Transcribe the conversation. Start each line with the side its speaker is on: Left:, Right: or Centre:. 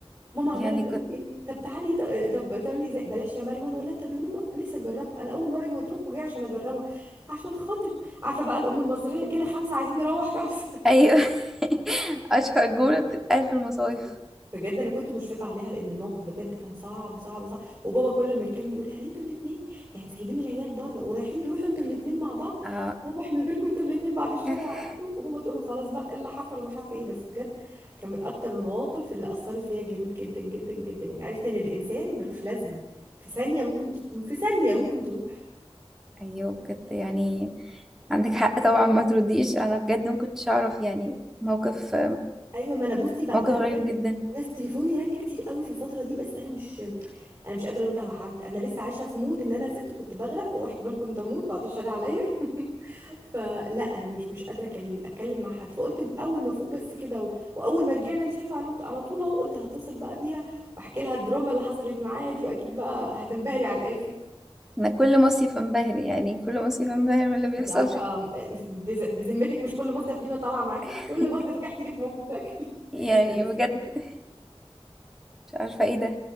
Right: ماما عماله
Centre: يعني
Right: تقول
Centre: كنت
Right: لي ايه طب تعالي ط- طب تعملي زي بلاش يا مريم وانا اقول لها طب يا ماما نفسي اجربها انا اول مره اجي مطروح وجايه عشان اجربها عشان خاطري عارفه بقى الام المصريه جينا خمسه عايزين نروح خمسه
Centre: ايوه <laughs> اشهر جمله بتتقال في المصايف
Right: بجد انا كنت مشفقه عليها لان الموقف بجد كان صعب صعب صعب وبابا كل ما يتكلم يقول لي يعني انتوا الاثنين يعني سايبين العيال بره ورايحين تروحوا انتوا الاثنين مع بعض
Centre: اه
Right: روح من غيركم انتوا الاثنين بعد الشر
Centre: <laughs>
Right: عليكم وماما تقول له خلاص بقى إيه اللي حصل ومش عارفه ايه بس بجد كان من اكتر المواقف اللي اثرت فيا جامد جدا جدا جدا يعني عرفت ان الانسان ملوش لازمه في ثانيه ممكن ت... في ثانيه ممكن تروح
Centre: ايوه بجد يعني عندك حق طبعا ما ترديش انا بجد ما كنتش اعرف يعني موقف
Right: ايوه ما انا بصي بعدها
Centre: موقف غريب
Right: بجد
Centre: جدا
Right: ناس تليفوني رن كتير قوي في الفتره دي بس انا مش انا مش قادره ارد على حد انا لسه عايشه في مود ان انا ست كنت بغرق واحتمال كنت اموت بعد الشر عليا <laughs> فلا انا مش مش قادره أكل- اتكلم مع حد فقلت إن اول ما فوق بس كده و... واول ما رجعنا انت شايفه على على طول اهو قلت هتصل بقى بيها واحكي لها الدراما اللي حصلت معايا دي واكيد بقى هتنبهري على الاخر
Centre: انا كل مصيف انبهر يعني كل مصيف انبهر من اللي بيحصل
Right: انت عارفه أم- بز- بذمتك مش كل مصيف لينا طالعه معاكي
Centre: <laughs>
Right: كل مصيف اجي احكي لك موقف شكل <laughs>
Centre: يعني
Right: لا بس
Centre: بجد
Right: دي
Centre: مش عارفة ايه ده